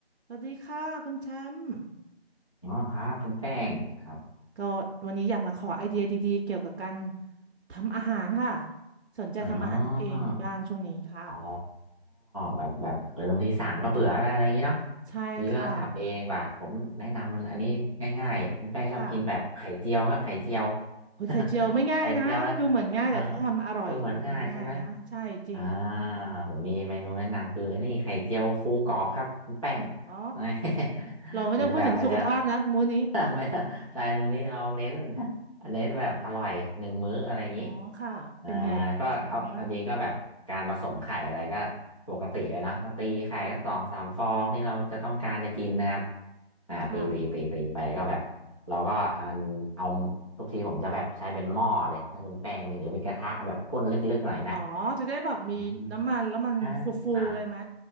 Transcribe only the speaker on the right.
สวัสดีค่ะคุณแชมป์
ก็วันนี้อยากมาขอไอเดียดีๆเกี่ยวกับการทำอาหารค่ะสนใจทำอาหารเองบ้างช่วงนี้ค่ะ
ใช่ค่ะ
ค่ะโอ้ยไข่เจียวไม่ง่ายนะดูเหมือนง่ายแต่ถ้าทำอร่อยมันไม่ง่ายนะใช่จริง
อ๋อ
เราไม่ต้องพูดถึงสุขภาพนะมื้อนี้
อ๋อค่ะเป็นไงเป็นไงสรุปเป็นไงบ้าง
ค่ะ
ค่ะ
อ๋อจะได้แบบมีน้ำมันแล้วมันฟูๆเลยไหม